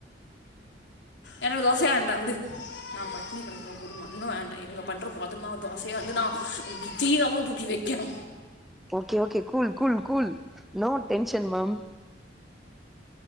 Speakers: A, on the left (about 75°); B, in the centre.
A: எனக்கு தோசய வேண்டா விடு நா பட்னி கெடக்குற எனக்கு ஒரு மண்ணு வேண்டா இவுங்க பண்ற கோதுமமாவு தோசய வந்து நா தீலத்தா தூக்கி வெய்க்கணு
B: okay okay cool cool cool no tension ma'am